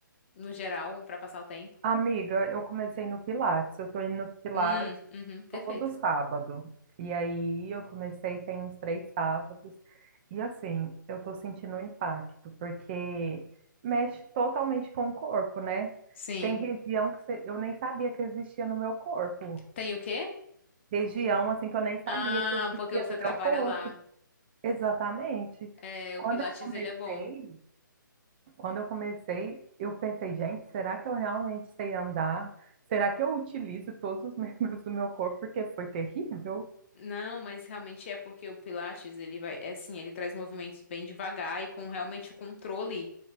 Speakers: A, on the left; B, on the right.
A: no geral, pra passar o tempo.
B: Amiga, eu comecei no Pilates. Eu tô indo no Pilates
A: Hum, uhum, perfeito.
B: todo sábado. E aí eu comecei tem uns três sábados. E assim, eu tô sentindo um impacto, porque mexe totalmente com o corpo, né?
A: Sim.
B: Tem região que você- eu nem sabia que existia no meu corpo.
A: Tem o quê?
B: Região assim que eu nem sabia
A: Ah,
B: que existia
A: porque você
B: no
A: trabalha
B: meu corpo.
A: lá.
B: Exatamente.
A: É,
B: Quando
A: o Pilates,
B: eu comecei,
A: ele é bom.
B: quando eu comecei, eu pensei, gente, será que eu realmente sei andar? Será que eu utilizo todos os <laughs> membros do meu corpo? Porque foi terrível.
A: Não, mas realmente é porque o Pilates, ele vai, é assim, ele traz movimentos bem devagar e com realmente o controle.